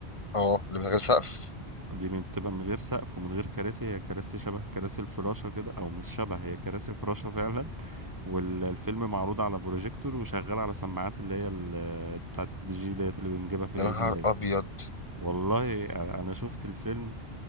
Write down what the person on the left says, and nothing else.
اه اللي من غير سقف
يا نهار
أبيض